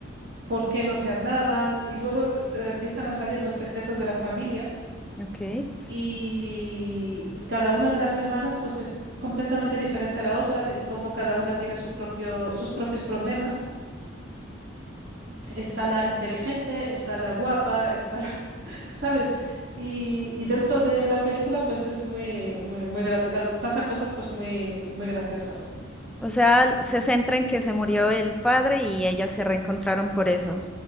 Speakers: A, on the right; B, in the centre.
A: por qué no se hablaban, y luego se empiezan a salir los secretos de la familia
B: ok.
A: y, y cada una de las hermanas pues es completamente diferente a la otra y cómo cada una tiene su propio, sus propios problemas. está la inteligente, está la guapa, está la, <laughs> ¿sabes? Y, y dentro de la película, pues es muy, muy, muy gracia- pasan cosas pues muy, muy graciosas.
B: O sea, se centra en que se murió el padre y ellas se reencontraron por eso.